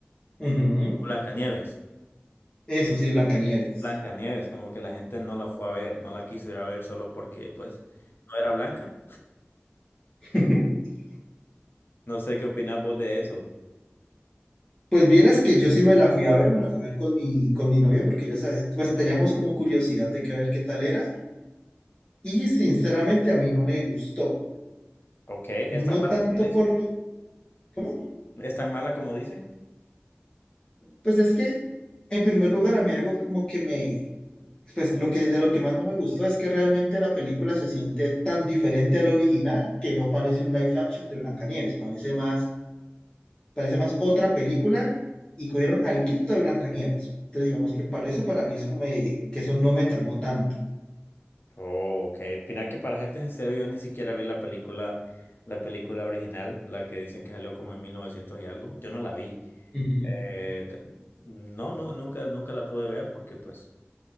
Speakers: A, on the left (about 20°); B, on the left (about 55°).
A: Ujú.
B: Blancanieves.
A: Eso sí, Blancanieves.
B: Blancanieves, como que la gente no la fue a ver, no la quiso ir a ver solo porque pues no era blanca.
A: <laughs>
B: No sé qué opinás vos de eso.
A: Pues vieras que yo sí me la fui a ver, me la fui a ver con mi, con mi novia porque ya sabes, pues teníamos como curiosidad de que ver qué tal era. Y sinceramente a mí no me gustó.
B: Ok, ¿es
A: No
B: tan
A: Ok.
B: mala
A: tanto
B: como dicen?
A: por lo... ¿Cómo?
B: ¿Es tan mala como dicen?
A: Pues es que, en primer lugar, a mí algo como que me... Pues lo que de lo que más no me gustó es que realmente la película se siente tan diferente al original que no parece un live action de Blancanieves, parece más, parece más otra película y cogieron al quito de Blancanieves. Entonces digamos que para eso para mí es como de- que eso no me tramó tanto.
B: Oh, ok. Mira que para serte sincero, yo ni siquiera vi la película, la película original, la que dicen que salió como en 1900 y algo. Yo no la vi.
A: Ujú,
B: Eh, t- no, no, nunca, nunca la pude ver porque pues